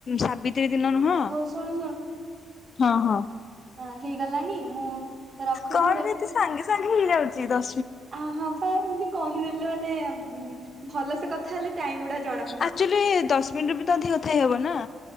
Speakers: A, on the left; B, on the right.
A: ସାବ ି ଦିନ ନୁହଁ
B: ହଉ ଶୁଣୁ
A: ହଁ ହଁ
B: ହ ହେଇଗଲାଣି ମୁଁ ରଖୁଛି
A: କଣ ଏତେ ସାଙ୍ଗେ ସାଙ୍ଗେ ହେଇଯାଉଛି ତ
B: ଆ ହଁ ପା ଏମତି କହିଦେଲେ ମାନେ ଉ ଭଲ ସେ କଥା ହେଲେ ଟାଇମ ଗଡା
A: ଆଚୁଲି ଦଶ ମିନିଟ ବି ତ ଅଧ କଥା ହେଇ ହବ ନା